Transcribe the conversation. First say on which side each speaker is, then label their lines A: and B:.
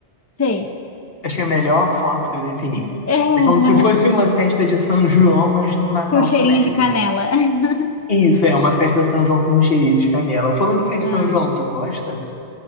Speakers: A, on the left (about 25°); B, on the left (about 55°).
A: Sei.
B: Achei a melhor forma de eu definir.
A: É, <laughs>
B: É como se fosse uma festa de São João, mas no Natal
A: com cheirinho
B: com neve.
A: de canela. <laughs>
B: Isso, é uma festa de São João com cheirinho de canela. Falando em festa
A: Ah,
B: de São João, tu gosta?